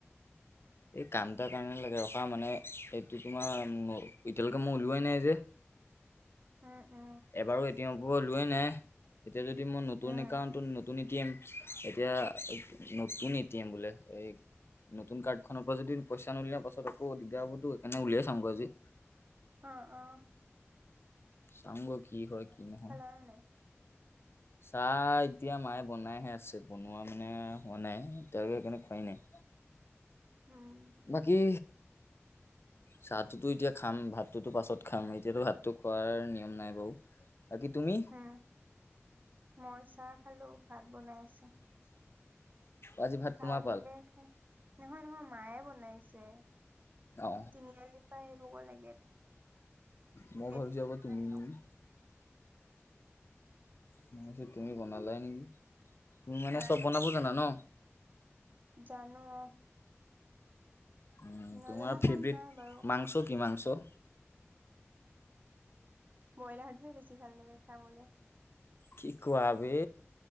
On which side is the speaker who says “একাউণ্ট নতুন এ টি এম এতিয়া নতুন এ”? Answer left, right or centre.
Left